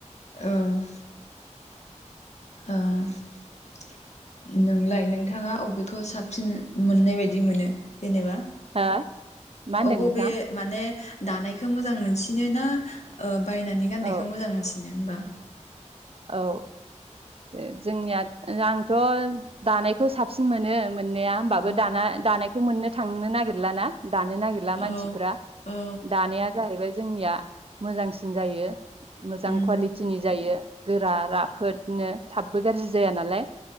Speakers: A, on the left; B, on the right.
A: औ औ नोंलाय नोंथाङा बबेखौ साब फिन मोननाय बायदि मोनो जेनेबा
B: हो मा होनदों
A: अ बबे
B: नोंथाङा
A: माने दानायखौ मोजां मोजां मोनसिनो ना बायनानै गाननायखौ
B: औ
A: मोजां मोनसिनो ओम्बा
B: औ औ जोंनिया आंथ' दानायखौ साबसिन मोनो मोननाया होमबाबो
A: औ
B: दाना दानायखौ मोननो थांनो नागिरला ना दानो नागिरला मानसिफ्रा
A: औ औ
B: दानाया जाहैबाय जोंनिया मोजांसिन जायो मोजां
A: उम
B: खुवालिटिनि जायो गोरा राफोदनो थाबबो गाज्रि जाया नालाय